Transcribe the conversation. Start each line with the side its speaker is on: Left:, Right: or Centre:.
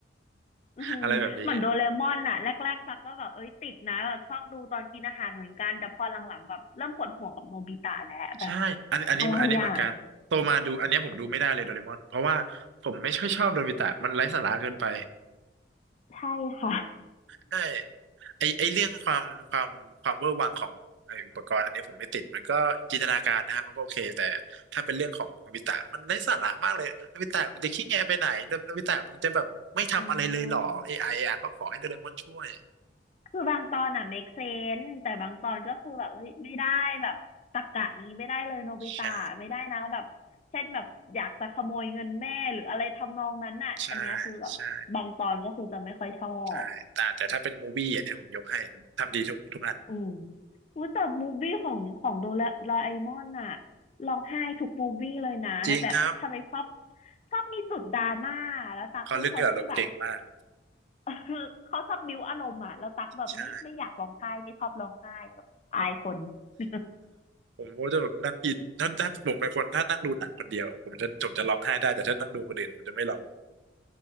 Left: อือหือเหมือนโดเรมอนน่ะแรกๆตัก็แบบเอ้ยติดนะแบบชอบดูตอนกินอาหารเหมือนกันแต่พอหลังๆแบบเริ่มปวดหัวกับโนบิตะแล้วแบบ
Right: อะไรแบบนี้ใช่อันอันนี้อันนี้เหมือนกันโตมาดูอันเนี้ยผมดูไม่ได้เลยโดเรมอนเพราะว่าผมไม่ค่อยชอบโดบิตะมันไร้สาระเกินไป
Left: อะไรอ่ะใช่ค่ะ
Right: ใช่ไอไอเรื่องความความความเวอร์วังของไออุปกรณ์อันนี้ผมไม่ติดมันก็จินตนาการนะฮะมันก็โอเคแต่ถ้าเป็นเรื่องของโนบิตะมันไร้สาระมากเลยโนบิตะมึงจะขี้แงไปไหนโนโนบิตะมึงจะแบบไม่ทำอะไรเลยเหรอเอไออะก็ขอให้โดเรมอนช่วย
Left: อ่าคือบางตอนอ่ะ make sense แต่บางตอนก็คือแบบเฮ้ยไม่ได้แบบตรรกะนี้ไม่ได้เลยโนบิตะไม่ได้นะแบบเช่นแบบอยากจะขโมยเงินแม่หรืออะไรทำนองนั้นน่ะอันเนี้ยคือแบบบางตอนก็คือจะไม่ค่อยชอบ
Right: ใช่ใช่ใช่ใช่แต่แต่ถ้าเป็นมูวี่อันเนี้ยผมยกให้ทำดีทุกทุกอัน
Left: อืมอุ๊ยแต่มูฟวี่ของของโดราโดราเอมอนอะร้องไห้ทุกมูฟวี่เลยนะแบบทำไมชอบ
Right: จริงครับ
Left: ชอบมีจุดดราม่าแล้วตั๊กเป็นคนที่แบบ
Right: เขาเล่นด้วยอารมณ์เก่งมาก
Left: <laughs> เขาชอบบิ้วอารมณ์อะแล้วตั๊กแบบไม่ไม่อยากร้องไห้ไม่ชอบร้องไห้แบบอายคน
Right: ใช่
Left: <laughs>
Right: ผมก็จะแบบนั่งอินถ้าถ้าผมเป็นคนถ้านั่งดูหนังคนเดียวผมจะผมจะร้องไห้ได้แต่ถ้านั่งดูคนอื่นผมจะไม่ร้อง